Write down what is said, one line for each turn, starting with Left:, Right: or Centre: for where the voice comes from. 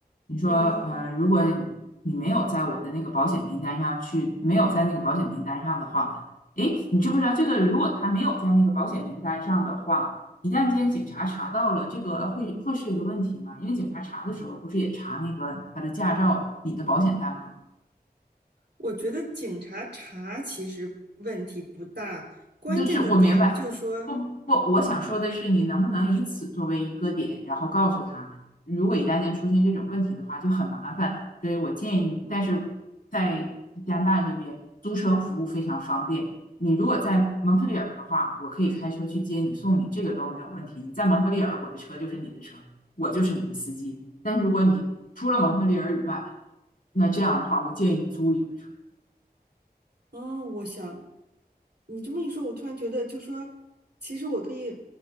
Left: 你说，
Right: 嗯，
Left: 呃，如果你没有在我的那个保险名单上去，没有在那个保险名单上的话，诶，你知不知道这个？如果他没有在那个保险名单上的话，一旦间警察查到了，这个会会是一个问题吗？因为警察查的时候不是也查那个他的驾照、你的保险单吗？
Right: 我觉得警察查其实问题不大，关键的点就说，
Left: 就是我明白，不不，我想说的是，你能不能以此作为一个点，然后告诉他，如果一旦间出现这种问题的话，就很麻烦。所以我建议你，但是在加拿大这边租车服务非常方便。你如果在蒙特利尔的话，我可以开车去接你送你，这个都没有问题。你在蒙特利尔，我的车就是你的车，我就是你的司机。但是如果你除了蒙特利尔以外，那这样的话，我建议你租一个车。
Right: 嗯，哦我想你这么一说，我突然觉得，就说其实我可以，